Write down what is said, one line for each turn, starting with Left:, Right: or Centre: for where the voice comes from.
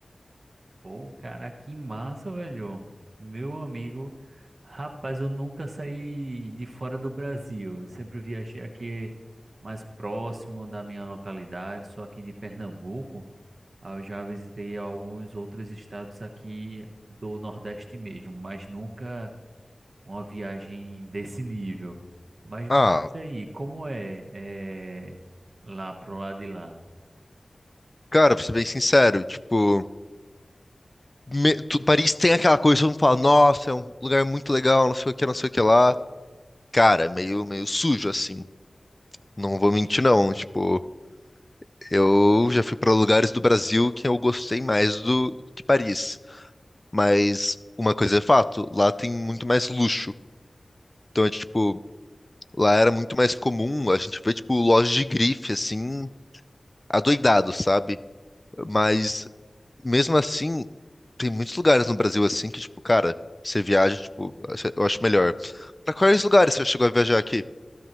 Right: Pô, cara, que massa, velho. Meu amigo, rapaz, eu nunca saí de fora do Brasil. Eu sempre viajei aqui mais próximo da minha localidade, sou aqui de Pernambuco. Ah, Eu já visitei alguns outros estados aqui do Nordeste mesmo, mas nunca uma viagem desse nível. Mas
Left: Ah,
Right: me diz aí, como é, é lá pro lado de lá?
Left: cara, pra ser bem sincero, tipo, me- tu- Paris tem aquela coisa, todo mundo fala, nossa, é um lugar muito legal, não sei o que, não sei o que lá. Cara, meio, meio sujo, assim. Não vou mentir, não. Tipo, eu já fui pra lugares do Brasil que eu gostei mais do que Paris. Mas uma coisa é fato, lá tem muito mais luxo. Então é tipo, lá era muito mais comum, a gente vê tipo lojas de grife assim, adoidado, sabe? Mas mesmo assim, tem muitos lugares no Brasil assim que tipo, cara, você viaja, tipo, eu acho melhor. Pra quais lugares você chegou a viajar aqui?